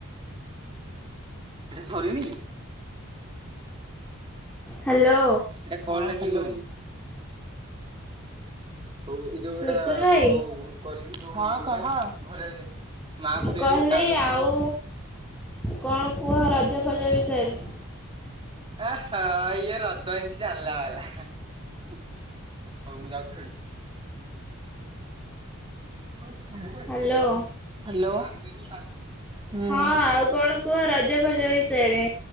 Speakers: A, on the right; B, in the centre.
A: ସରନି?
B: ହାଲୋ!
A: ଏଇଟା କଣ ଲାଗିଲ ହଉ ଏଇ ଯୋଉ ଏଇଟା
B: ଲିକୁନ ଭାଇ
A: ଯୋଉ କରିକି ଯୋଉ କହ ଘରେ ମା
B: ମୁଁ
A: କୁ ଦେଇଦବୁ
B: କହିଲି
A: ଚାର୍ଜ ଵସେଇ
B: ଆଉ
A: ଦବ।
B: କଣ କୁହ ରଜ ଫଜ ବିଷୟରେ?
A: ଆ ହ ଇଏ ରଜ <unintelligible> ଚାଲିଲା ବାଲା। ହଉ ମୁଁ ଯାଉଚି ଖେଳି। <unintelligible>
B: ହ୍ୟାଲୋ
A: ହ୍ୟାଲୋ ହୁଁ।
B: ହଁ ଆଉ କଣ କୁହ ରଜ ଫଜ ବିଷୟରେ?